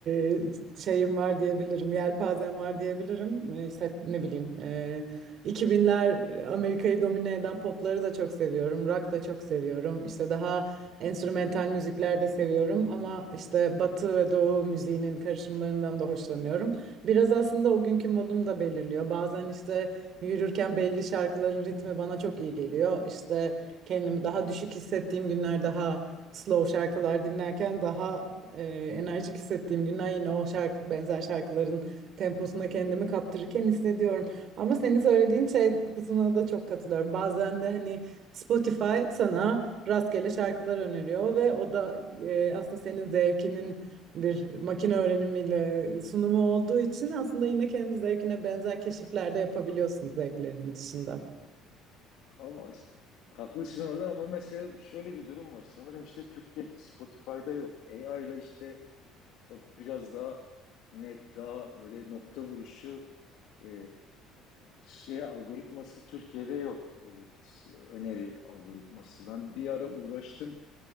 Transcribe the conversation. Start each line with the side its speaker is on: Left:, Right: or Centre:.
Right: e, şeyim var diyebilirim. Yelpazem var diyebilirim. E, İşte ne bileyim. e, 2000'ler Amerika'yı domine eden popları da çok seviyorum. Rock da çok seviyorum. İşte daha enstrümental müzikler de seviyorum. Ama işte Batı ve Doğu müziğinin karışımlarından da hoşlanıyorum. Biraz aslında o günkü modum da belirliyor. Bazen işte yürürken belli şarkıların ritmi bana çok iyi geliyor. İşte kendimi daha düşük hissettiğim günler daha slow şarkılar dinlerken daha e, enerjik hissettiğim günler yine o şarkı benzer şarkıların temposuna kendimi kaptırırken hissediyorum. Ama senin söylediğin şey kısmına da çok katılıyorum. Bazen de hani Spotify sana rastgele şarkılar öneriyor ve o da e, aslında senin zevkinin bir makine öğrenimiyle sunumu olduğu için aslında yine kendi zevkine benzer keşifler de yapabiliyorsun zevklerinin dışında.
Left: Ama işte, haklısın orada ama mesela şöyle bir durum var. Sanırım işte Türkiye'deki Spotify'da yok. AI ile işte O biraz daha net, daha böyle nokta vuruşu e, şey algoritması Türkiye'de yok. Evet, öneri algoritması. Ben bir ara uğraştım